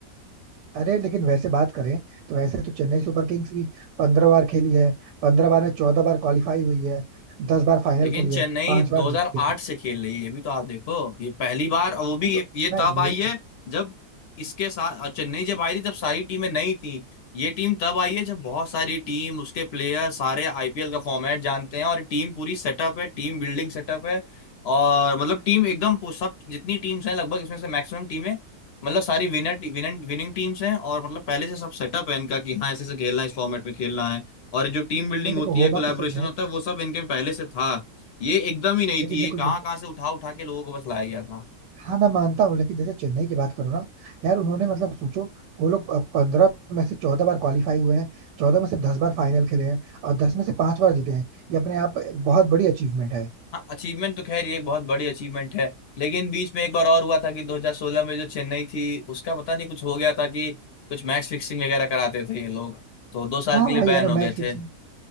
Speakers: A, on the right; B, on the left.
A: अरे लेकिन वैसे बात करें तो वैसे तो चेन्नई सुपर किंग्स भी पंद्रह बार खेली है पंद्रह बार में चौदह बार क्वालिफाई हुई है दस बार फाइनल
B: लेकिन
A: खेली
B: चेन्नई
A: है पांच
B: 2008
A: बार जीती है
B: से खेल रही है ये भी तो आप देखो ये पहली बार और वो भी
A: नहीं
B: ये
A: तो
B: ये
A: मैं
B: तब आई
A: ये कह-
B: है जब इसके साथ अ, चेन्नई जब आई थी तब सारी टीमें नई थी ये टीम तब आई है जब बहुत सारी टीम उसके प्लेयर सारे आईपीएल का फॉर्मेट जानते हैं और टीम पूरी सेटअप है टीम बिल्डिंग सेटअप है और मतलब टीम एकदम पू- सब जितनी टीम्स हैं लगभग इसमें से मैक्सिमम टीमें मतलब सारी विनर विनिंग विनिंग टीम्स हैं और मतलब पहले से सब सेटअप है इनका कि हाँ ऐसे से खेलना है इस फॉर्मेट में खेलना है और जो टीम बिल्डिंग
A: नहीं देखो
B: होती
A: हो
B: है
A: बात
B: कोलैबोरेशन
A: तो सही है
B: होता है वो सब इनके में पहले से था ये एकदम ही नहीं
A: लेकिन
B: थी
A: देखो
B: ये कहाँ
A: जैसे
B: कहाँ से उठा उठा के लोगों को बस लाया गया था
A: हाँ मैं मानता हूँ लेकिन जैसे चेन्नई की बात करो ना यार उन्होंने मतलब सोचो वो लोग पंद्रह में से चौदह बार क्वालिफाई हुए हैं चौदह में से दस बार फाइनल खेले हैं और दस में से पांच बार जीते हैं ये अपने आप बहुत बड़ी अचीवमेंट है
B: हाँ अचीवमेंट तो खैर ये एक बहुत बड़ी अचीवमेंट है लेकिन बीच में एक बार और हुआ था कि 2016 में जो चेन्नई थी उसका पता नहीं कुछ हो गया था कि कुछ मैच फिक्सिंग वगैरह कराते थे ये लोग तो दो साल
A: हाँ
B: के
A: वही
B: लिए बैन
A: है ना
B: हो
A: मैच
B: गए
A: फिक्सिंग
B: थे